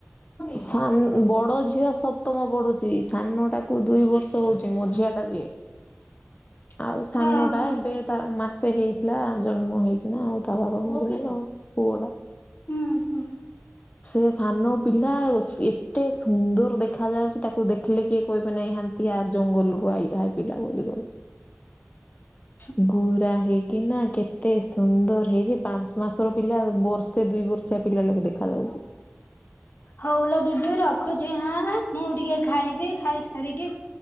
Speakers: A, on the left; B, on the left.
A: ସାନ ବଡ ଝିଅ ସପ୍ତମ ପଢୁଛି ସାନ ଟାକୁ ଦୁଇ ବର୍ଷ। ତ ହଉଛି ମଝିଆ ଟା ଯିଏ।
B: <inaudible>
A: ଆଉ ସାନଟା
B: ହଁ
A: ଏବେ ତା ମାସେ ହେଇଥିଲା ଜନ୍ମ ହେଇକିନା ଆଉ ତା ବାବା ମରିଗଲା ଆଉ। ପୁଅଟା।
B: ହୁଁ ହୁଁ।
A: ସେ ସାନ ପିଲା ଓସ ଏତେ ସୁନ୍ଦର ଦେଖା ଯାଉଛି ତାକୁ ଦେଖିଲେ କିଏ କହିବେ ନାଇଁ ହାନ୍ତିଆ ଜଙ୍ଗଲରୁ ଆଇ ହାଇପିଲା ବୋଲି କହିବେ।
B: <inaudible>
A: ଗୁ ଗୁରା ହେଇକିନା କେତେ ସୁନ୍ଦର ହେଇଛି ପାଞ୍ଚ ମାସର ପିଲା ବର୍ଷେ ଦୁଇ ବର୍ଷ ଛୁଆ ପିଲା ଲାଖେ ଦେଖାଯାଉଛି।
B: <inaudible> ହଉଲୋ ଦିଦି ରଖୁଛି ହାଁ ମୁଁ ଟିକେ ଖାଇବି ଖାଇ ସାରିକି